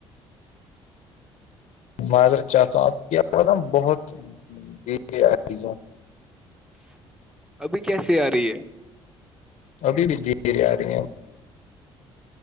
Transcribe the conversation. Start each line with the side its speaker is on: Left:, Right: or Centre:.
Left: مازرت چاہتا ہوں آپ کی آواز بہت آ رہی ہے
Centre: ابھی کیسی آ رہی ہے
Left: ابھی بھی آ رہی ہیں